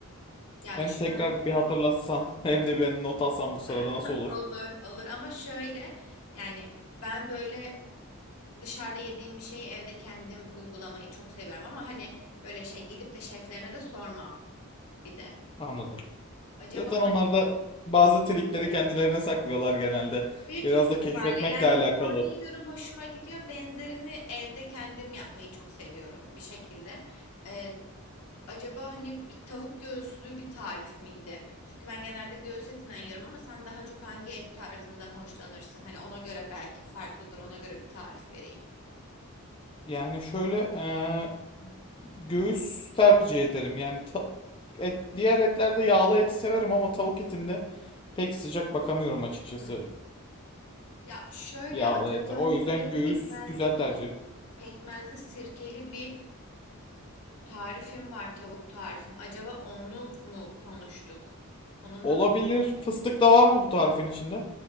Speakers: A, on the left; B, on the left.
A: Ya
B: Hem
A: şöyle
B: tekrar bir hatırlatsan <laughs> hem de ben not alsam bu sırada
A: <laughs>
B: nasıl olur?
A: olur olur ama şöyle yani ben böyle dışarıda yediğim bir şeyi evde kendim uygulamayı çok seviyorum ama hani böyle şey gidip de şeflerine de sormam bir de.
B: Anladım.
A: Acaba
B: Zaten
A: hangisiydi?
B: onlar da bazı trikleri kendilerine saklıyorlar genelde.
A: Büyük
B: Biraz
A: ihtimalle
B: da keşfetmekle
A: yani
B: alakalı.
A: ben orada yiyorum hoşuma gidiyor. Benzerini evde kendim yapmayı çok seviyorum bir şekilde. Ee, acaba hani bir tavuk göğüslü bir tarif miydi? Çünkü ben genelde göğüs etinden yiyorum ama sen daha çok hangi et tarzından hoşlanırsın? Hani ona göre belki farklıdır ona göre bir tarif vereyim.
B: Yani şöyle eee, göğüs tercih ederim. Yani ta- et, diğer etlerde yağlı eti severim ama tavuk etinde pek sıcak bakamıyorum açıkçası
A: Hmm. Ya şöyle
B: yağlı
A: acaba
B: ete. O
A: hani
B: yüzden
A: böyle bir
B: göğüs
A: pekmezli
B: güzel tercih.
A: pekmezli sirkeli bir tarifim var tavuk tarifim. Acaba onu mu konuştuk? Onunla
B: Olabilir.
A: mı ilgili?
B: Fıstık da var mı bu tarifin içinde?